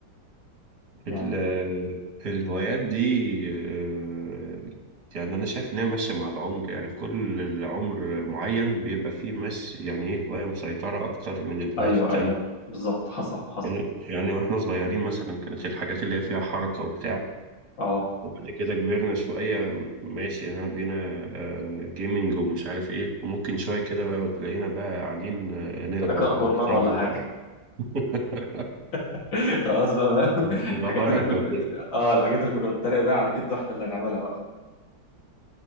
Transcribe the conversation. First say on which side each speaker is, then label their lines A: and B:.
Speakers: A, on the left; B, on the right.
A: يعني
B: ال- الهوايات دي آه، يعني انا شايف انها ماشية مع العمر يعني في كل العمر معين بيبقى فيه مش يعني ايه هواية مسيطرة اكتر من الهوايات
A: ايوه
B: التانية
A: ايوه بالظبط حصل حصل
B: يعني يعني واحنا صغيرين مثلا كانت الحاجات اللي هي فيها حركة وبتاع
A: اه
B: وبعد كده كبرنا شوية ماشي ها بقينا آه، جيمنج ومش عارف ايه وممكن شوية كده بقى وتلاقينا بقى قاعدين آه، نقرا
A: بنقرا جورنان
B: كتاب
A: ولا
B: وبتاع
A: حاجه
B: <laughs>
A: <laughs> خلاص بقى بقى <laughs>
B: بيبقى
A: الحاجات
B: بركة
A: اللي كنا
B: كده
A: اه الحاجات اللي كنا بنتريق بقى على جد واحنا اللي هنعملها بقى